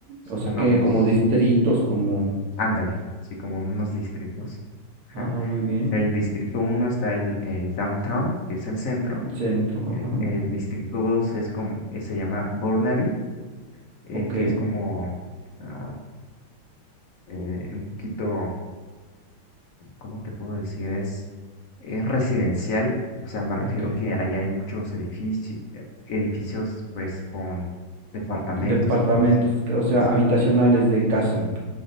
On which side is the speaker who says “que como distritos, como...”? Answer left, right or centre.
Right